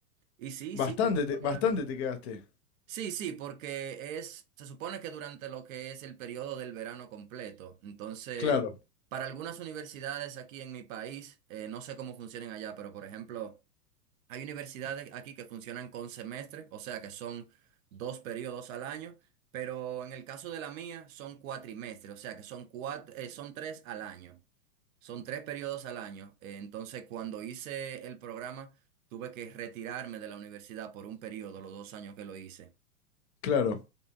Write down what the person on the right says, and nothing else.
Y sí,
sí que se
logra.
Sí, sí, porque es, se supone que durante lo que es el periodo del verano completo. Entonces,
para algunas universidades aquí en mi país, eh, no sé cómo funcionan allá, pero por ejemplo, hay universidades aquí que funcionan con semestre, o sea que son dos periodos al año, pero en el caso de la mía son cuatrimestres, o sea que son, cuat- eh, son tres al año. Son tres periodos al año. Eh, entonces, cuando hice el programa, tuve que retirarme de la universidad por un periodo, los dos años que lo hice.